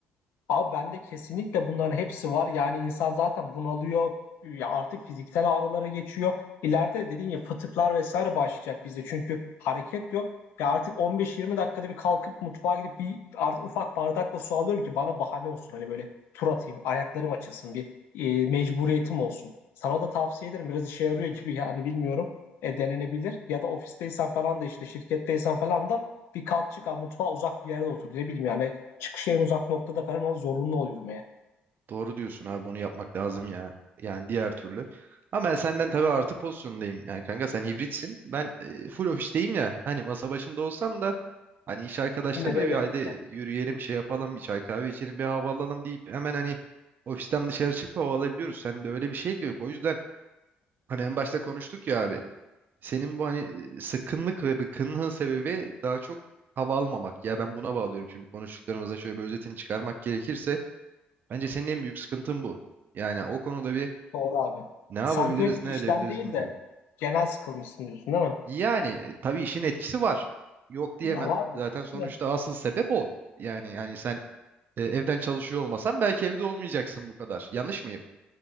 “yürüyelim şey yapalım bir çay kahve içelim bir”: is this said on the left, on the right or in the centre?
Right